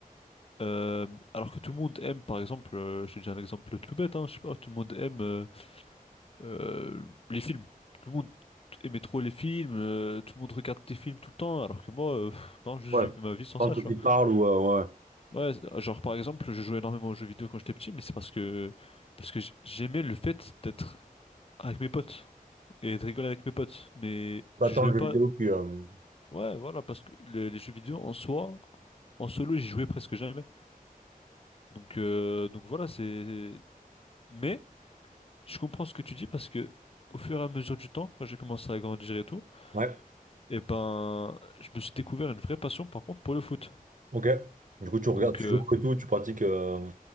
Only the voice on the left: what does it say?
Euh, alors que tout le monde aime, par exemple, euh, je te dis un exemple tout bête, hein, je sais pas, tout le monde aime. euh, Euh, les films, tout le monde aimait trop les films, euh, tout le monde regarde des films tout le temps, alors que moi, euh, pff, non, juste
j'ai fait ma vie sans
ça,
tu
vois.
Ouais, genre par exemple, je jouais énormément aux jeux vidéo quand j'étais petit, mais c'est parce que parce que j- j'aimais le fait d'être avec mes potes et de rigoler avec mes potes, mais
je
jouais
pas.
Ouais, voilà, parce que le- les jeux vidéo en soi, en solo, j'y jouais presque jamais. Donc euh, donc voilà, c'est. Mais je comprends ce que tu dis parce que au fur et à mesure du temps, quand j'ai commencé à grandir et tout.
Et ben, je me suis découvert une vraie passion par contre pour le foot.
Donc,
euh,